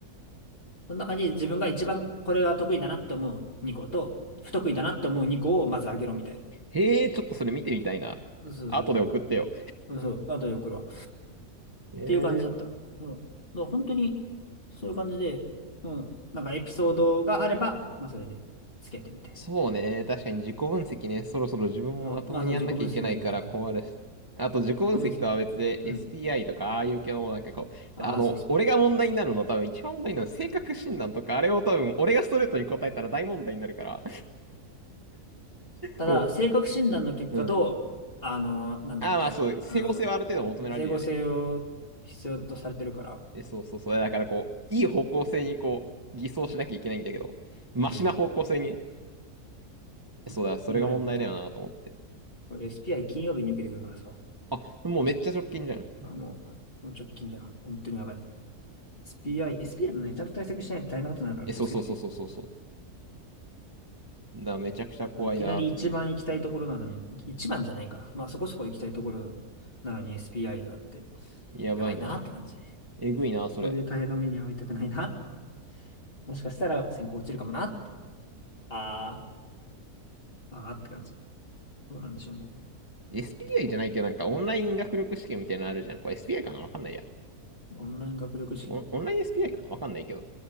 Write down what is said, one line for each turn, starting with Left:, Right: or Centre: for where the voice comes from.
Left: その中に自分が一番これが得意だなって思う2個と、不得意だなって思う2個をまず上げろみたいな。
Right: へえ、ちょっとそれ見てみたいな。
Left: そうそうそ
Right: 後で送ってよ。
Left: う。そう、あとで送るわ。っ
Right: へえ。
Left: ていう感じだった。うん。だから本当に、そういう感じで、うん。なんかエピソードがあれば、まあそれでつけてみたい
Right: そうね。確かに自己分析ね。そろそろ自分もまともにやんなきゃいけないから困るし。
Left: な。うん。まあその自己分析もいいって感じ。自
Right: あと自己分析とは別で
Left: 己分析。うん。
Right: SPI とかああいう系のなんかこう、
Left: ああ、
Right: あの、
Left: そう s p
Right: 俺が問題になるの多分一番問題になるのは性格診断とかあれを多分俺がストレートに答えたら大問題になるから、
Left: ただ、
Right: こ
Left: 性格診断の結果と、
Right: う、うん。
Left: あの、なんだっけ、
Right: ああまあそう、
Left: あの、
Right: 整合性はある程度求められるよね。
Left: うん整合性を必要とされてるから、
Right: えそうそうそう。だからこう、いい方向性にこう、偽装しなきゃいけないんだけど、マシな方向性に、
Left: うん。
Right: えそうだ、
Left: そう、
Right: それが問題だよなと思って。
Left: うまいやねけど。俺 SPI 金曜日に受けてくるからさ、
Right: あ、もうめっちゃ直近じゃん。
Left: あ、もう、もう直近だよ。本当にやばい。SPI、SPI もね、ちゃんと対策しないと大変なことになるから気をつけてね。
Right: え、そうそうそうそうそうそう。だからめちゃくちゃ怖いなと思いながら。
Left: あのいきなり一番行きたいところなのに、一番じゃないか。まあそこそこ行きたいところなのに SPI があって、
Right: やばいな。
Left: やばいなって感じ。
Right: えぐいな、
Left: ここで大変な目に遭いたくないな。
Right: それ。
Left: もしかしたら選考落ちるかもな。あー、あーって感じ。どうなんでしょうね。
Right: SPI じゃないけど、なんかオンライン学力試験みたいなのあるじゃん。これ SPI かなわかんないや。
Left: オンライン学力試験。
Right: オン、オンライン SPI かなわかんないけど。